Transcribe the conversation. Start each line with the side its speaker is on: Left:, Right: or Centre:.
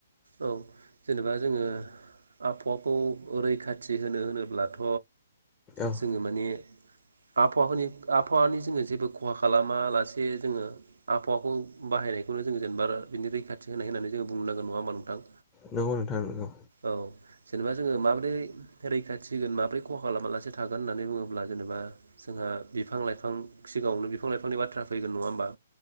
Right: औ जेनेबा जोङो आबहावाखौ रैखाथि होनो होनोब्लाथ'
Left: औ
Right: जोङो माने आबहावानि आबहावानि जोङो जेबो खहा खालामालासि जे जोङो आबहावाखौ बाहायनायखौनो जोङो जेनेबा बिनि रैखाथि होनाय होननानै जोङो बुंनांगोन नङा होमबा नोंथां।
Left: नंगौ नोंथां नोंगौ
Right: औ जेनेबा जोङो माबोरै रैखाथि होगोन माबोरै खहा खालामा लासे थागोन होननानै बुङोब्ला जेनेबा जोंहा बिफां लाइफां सिगाङावनो बिफां लाइफांनि बाथ्रा फैगोन नङा होनोमबा